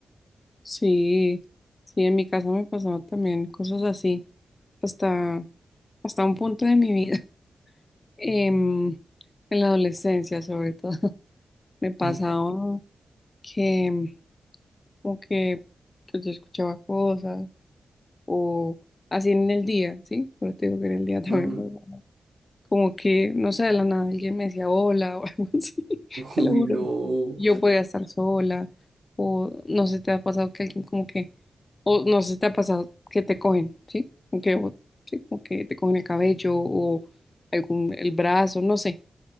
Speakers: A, on the left (about 25°); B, on the right (about 70°).
A: Sí, sí, en mi casa me pasaba también cosas así, hasta, hasta un punto de mi vida. em, en la adolescencia sobre todo, <laughs> me pasaba
B: <laughs>
A: que como que pues, yo escuchaba cosas o así en el día, ¿sí? Pero te digo que en el día <laughs> también
B: Ujú.
A: me pasaba. Como que, no sé, de la nada alguien me decía hola o <laughs> algo así, te
B: Uy,
A: lo juro.
B: no.
A: Yo podía estar sola o no sé, te ha pasado que alguien como que, o no sé, te ha pasado que te cogen, ¿sí? Como que, o- sí, como que te cogen el cabello o algún, el brazo, no sé,